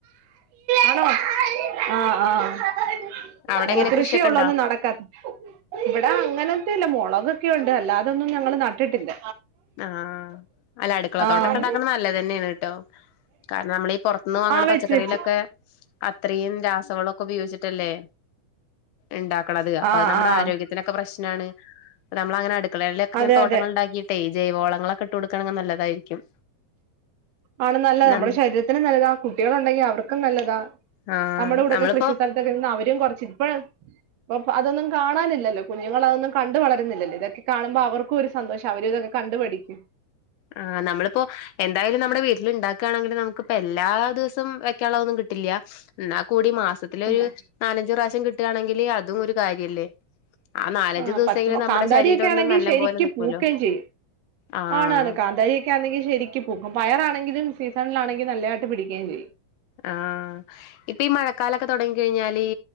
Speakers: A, on the right; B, on the left.
A: ആണോ? ആഹ് ആഹ് <inaudible>
B: അവിടെ
A: നെൽകൃഷിയൊള്ള്
B: എങ്ങനെ കൃഷിയൊക്കെ ഉണ്ടോ
A: ഒന്നും നടക്കാ. ഇവിടെ അങ്ങനൊന്നുല്ല മൊളക്. ക്കെണ്ട് അല്ലാതൊന്നും ഞങ്ങള് നട്ടിട്ടില്ല.
B: ആഹ്, അല്ല അടുക്കളത്തോട്ടൊക്കെയൊണ്ടാക്കണ
A: ആഹ്
B: നല്ലത് തന്നെയാണ് കേട്ടോ. കാരണം നമ്മളീ പൊറത്തൂന്ന് വാങ്ങണ
A: ആഹ്
B: പച്ച
A: വെച്ച്
B: ച്ചക്കറിയിലൊക്കെ
A: വെച്ച്
B: അത്രയും രാസവളക്കൊപയോഗിച്ചിട്ടല്ലേ. ഇണ്ടാക്കണത്. അപ്പൊ
A: ആ
B: അത് നമ്മ്ടെ
A: ആ
B: ആരോഗ്യത്തിനെക്കെ പ്രശ്നാണ്. പ്പ നമ്മള് അങ്ങനെ അടുക്ക അങ്ങനെ
A: അതെ
B: തോട്ടങ്ങളൊണ്ടാക്കി.
A: അതെ
B: ഈ ജൈവളങ്ങളൊക്കെയിട്ട് കൊടുക്കണങ്കി നല്ലതായിരിക്കും.
A: ആണ് നല്ലത്.
B: നം
A: നമ്മളെ ശരീരത്തിനും നല്ലതാ. കുട്ടികളൊണ്ടെങ്കിൽ അവർക്കും നല്ലതാ.
B: ആഹ്
A: നമ്മുടെ കൂടെക്കെ
B: നമ്മളിപ്പോ
A: കൃഷി സ്ഥലത്തൊക്കെ നിന്ന് അവരും കുറ ഇപ്പഴ ഇപ്പ അതൊന്നും കാണാനില്ലല്ലോ കുഞ്ഞുങ്ങൾ അതൊന്നും കണ്ട വളരുന്നില്ലല്ലോ ഇതൊക്കെ കാണുമ്പോ അവർക്കും ഒരു സന്തോഷ അവരിതൊക്കെ കണ്ടുപഠി ഇ
B: ആഹ നമ്മളിപ്പോ എന്തായാലും നമ്മടെ വീട്ടി ഉണ്ടാക്കുകയാണെങ്കി നമുക്കിപ്പ എല്ലാ ദിവസം വെക്കാനുള്ള ഒന്നും കിട്ടില്ല എന്നാക്കും കൂടി മാസത്തിലെ
A: എന്നാ
B: ഒര് നാലഞ്ച് റാവിശ്യം കി കിട്ടാആണെങ്കില് അതും ഒര് കാര്യല്ലേ നാലഞ്ചു
A: ആ
B: ദിവസമെങ്കിലും
A: പച്ചമ
B: നമ്മുടെ
A: കാന്താരിയെക്കെ
B: ശരീരം ഒന്ന്
A: ആണെങ്കി
B: നല്ല
A: ശെരിക്കും
B: പോലെ നിക്കൂല്ലോ
A: പൂക്കയും ചെയ്യും
B: ആഹ്
A: ആണാണ് കാന്താരി ക്കാനെങ്കി ശെരിക്ക് പൂകും പയറാണെങ്കിലും സീസണിലാണെങ്കി നല്ലതായിട്ട് പിടിക്കുകയും ചെയ്യും
B: ആഹ്ആ ഇപ്പൊ ഈ മഴക്കാലക്കെ തുടങ്ങി കഴിഞ്ഞാല് ഈ